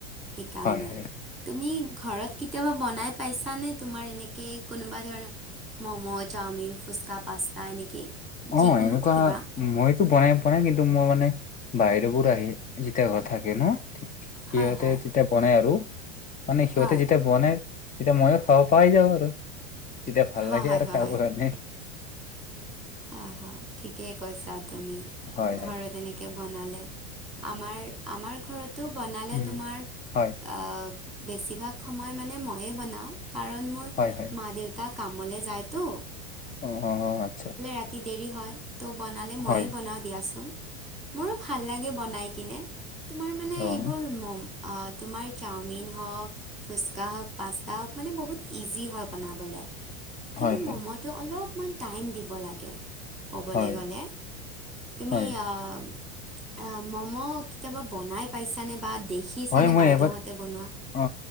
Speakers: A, in the centre; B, on the left.
A: সেইকাৰণে
B: হয় হয়।
A: তুমি ঘৰত কেতিয়াবা বনাই পাইছানে তোমাৰ এনেকেই কোনোবা ধৰণৰ? মম' চাওমিন, ফুচকা, পাস্তা এনেকে?
B: অ,
A: যিকোনো
B: এনেকুৱা
A: কিবা
B: মইতো বনাই বনাই কিন্তু মোৰ মানে বাইদেউবোৰ আহি যেতিয়া ঘৰত থাকে ন সিহঁতে
A: হয় হয়
B: তেতিয়া বনাই আৰু। মানে সিহঁতে
A: হয়
B: যেতিয়া বনাই তেতিয়া মইও খাব পাই যাওঁ আৰু। তেতিয়া ভাল
A: হয়
B: লাগে
A: হয়
B: আৰু
A: হয়
B: খাব কাৰণে।
A: হয়, হয় ঠিকেই কৈছা তুমি
B: হয়
A: ঘৰত
B: হয়
A: এনেকে বনালে আমাৰ আমাৰ ঘৰতো বনালে
B: উম
A: তোমাৰ
B: হয়
A: আহ বেছিভাগ সময় মানে ময়ে বনাওঁ। কাৰণ মোৰ
B: হয় হয়
A: মা-দেউতাক কামলে যায়তো।
B: অ অ আচ্ছা
A: কাটি দেৰি হয় তো বনালে
B: হয়
A: ময়ে বনাওঁ দিয়াচোন মোৰো ভাল লাগে বনাই কিনে তোমাৰ মানে
B: অহ
A: এইবোৰ মম অ তোমাৰ চাওমিন হওক ফুচকা হওক পাস্তা হওক মানে বহুত ইজি হয় বনাবলৈ কিন্তু
B: হয় হয়
A: ম'মটো অলপমান টাইম দিব লাগে। ক'বলৈ
B: হয়
A: গ'লে তুমি
B: হয়
A: আহ আ মম' কেতিয়াবা বনাই পাইছানে বা দেখিছানে
B: হয় মই
A: বাইদেউহঁতে
B: এবাৰ
A: বনোৱা?
B: অ